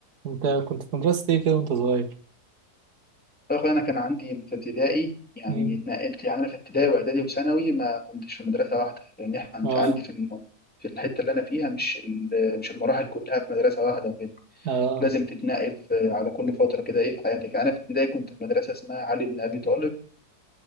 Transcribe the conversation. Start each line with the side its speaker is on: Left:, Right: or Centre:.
Right: انت كنت في مدرسة ايه كده وانت صغير؟
Centre: يا أخويا أنا كان عندي في ابتدائي يعني
Right: مم.
Centre: اتنقلت يعني أنا في ابتدائي وإعدادي وثانوي ما كنتش في مدرسة واحدة لأن إحنا عند-
Right: اه
Centre: عندي في الم- في الحتة اللي أنا فيها مش ال- مش المراحل كلها في مدرسة واحدة وكده
Right: اه
Centre: لازم تتنقل في- على كل فترة كده إيه في حياتك أنا في ابتدائي كنت في مدرسة اسمها علي بن أبي طالب